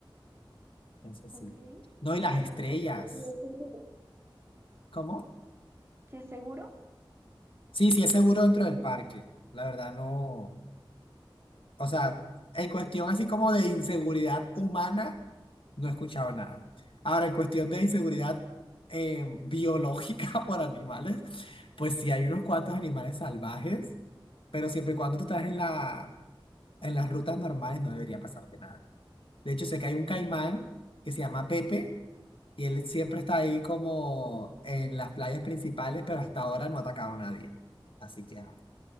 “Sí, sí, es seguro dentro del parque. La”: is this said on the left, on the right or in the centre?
Left